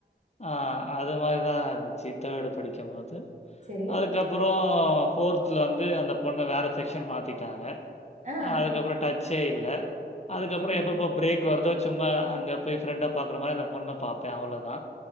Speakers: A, on the left; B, on the right.
A: ஆஹ் அது மாரிதான் இருந்துச்சி தேடு படிக்கும்போது
B: சரி.
A: அதுக்கப்புறம் போர்த்லேர்ந்து அந்த பொண்ணை வேற செக்ஷன் மாத்திட்டாங்க
B: ஆ,
A: அதுக்கப்புறம் டச் ச்சே இல்ல அதுக்கப்பறோ
B: சரி.
A: எப்பப்ப பிரேக் க்கு வருதோ சும்மா அங்க போய் ஃப்ரெண்ட பாக்குற மாரி அந்த பொண்ண பாப்பே அவ்ளோதா